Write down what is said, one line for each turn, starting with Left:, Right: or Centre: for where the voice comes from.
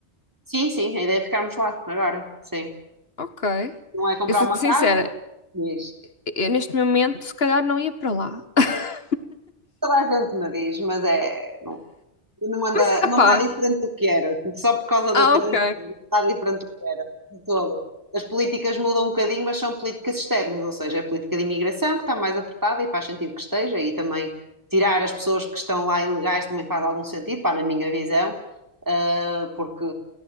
Right: Sim, sim, a ideia é ficarmos lá agora, sim.
Left: Ok.
Right: Não é comprar
Left: Eu sou
Right: uma
Left: sincera,
Right: casa, diz.
Left: eu neste momento se calhar não ia para lá. <laughs>
Right: Toda a gente me diz, mas é. Não, não anda,
Left: Mas, epá,
Right: não está diferente do que era. Só por causa
Left: Ah,
Right: do trânsito,
Left: ok.
Right: não está diferente do que era. De todo. As políticas mudam um bocadinho, mas são políticas externas, ou seja, é a política de imigração que está mais apertada e faz sentido que esteja, e também tirar as pessoas que estão lá ilegais também faz algum sentido, pá, na minha visão, ah, porque